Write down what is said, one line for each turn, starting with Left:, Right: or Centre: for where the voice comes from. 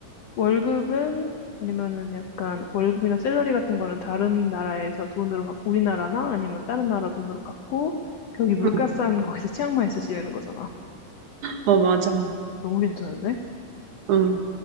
Left: 월급은 아니면은 약간 월급이나 샐러리 같은 거는 다른 나라에서 돈으로 받고 우리나라나 아니면 다른 나라 돈으로 받고 거기 물가
Right: 응.
Left: 싼 거기서 치앙마이에서 지내는 거잖아.
Right: 어, 맞아.
Left: 너무 괜찮은데?
Right: 응.